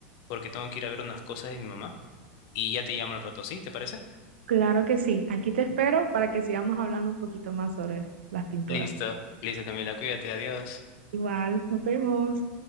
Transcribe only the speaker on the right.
Claro que sí, aquí te espero para que sigamos hablando un poquito más sobre las pinturas.
Igual, nos vemos.